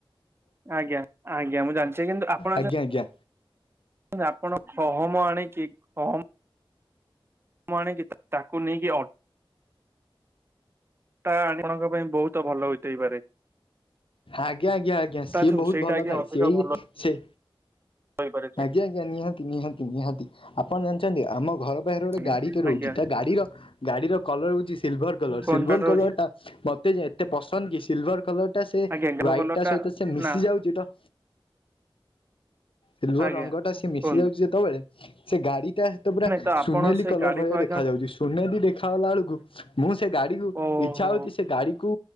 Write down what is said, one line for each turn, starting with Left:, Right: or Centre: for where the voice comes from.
Right: ଆଜ୍ଞା ଆଜ୍ଞା ମୁଁ ଜାଣିଛି କିନ୍ତୁ ଆପଣଙ୍କ
Left: ଆଜ୍ଞା ଆଜ୍ଞା
Right: ଆପଣ ଗହମ ଆଣିକି ଗହମ ଆଣିକି ତାକୁ ନେଇକି ତା ଆଣଙ୍କ ପାଇଁ ବହୁତ ଭଲ ହୋଇଥାଇପାରେ।
Left: ଆଜ୍ଞା ଆଜ୍ଞା ଆଜ୍ଞା ସିଏ
Right: ତାଠୁ
Left: ବହୁତ
Right: ସେଇଟା
Left: ଭଲ
Right: ଆଜ୍ଞା
Left: ଥାଏ
Right: ଅଧିକ
Left: ସିଏ
Right: ଭଲ
Left: ସେ
Right: <unintelligible>
Left: ଆଜ୍ଞା ଆଜ୍ଞା ନିହାତି ନିହାତି ନିହାତି ଆପଣ ଜାଣିଛନ୍ତି ଆମ ଘର ପାରେ
Right: ଆଜ୍ଞା
Left: ଗୋଟେ ଗାଡି ଟେ ରହୁଛି
Right: ଆଜ୍ଞା
Left: ତା ଗାଡିର ଗାଡି ର କଲର ହଉଛି ସିଲଭର କଲର
Right: କଣ
Left: ସିଲଭର
Right: କାର୍ଡ ରହୁଛି
Left: କଲର ଟା ମତେ ଯେ ଏତେ ପସନ୍ଦ କି ସିଲଭର କଲର ଟା ସେ ହ୍ଵାଇଟ
Right: ଆଜ୍ଞା ଗ୍ରହ କଲର
Left: ଟା ସହିତ ସେ ମିଶି
Right: ନା
Left: ଯାଉଛି ତ ସିଲଭର
Right: ଆଜ୍ଞା
Left: ରଙ୍ଗଟା ସିଏ ମିଶି
Right: କୁହନ୍ତୁ
Left: ଯାଉଛି ଯେତେବେଳେ ସେ ଗାଡି ଟା ତ ପୁରା
Right: ନାଇଁ
Left: ସୁନେଲି
Right: ଆପଣ ସେ
Left: କଲର
Right: ଗାଡିକୁ
Left: ଭଳିଆ
Right: ଆଜ୍ଞା
Left: ଦେଖା ଯାଉଛି। ସୁନେଲି ଦେଖାାଗଲା ବେଳକୁ ମୁଁ ସେ ଗାଡିକୁ
Right: ଓହୋ
Left: ଇଛା ହଉଛି ସେ ଗାଡି କୁ,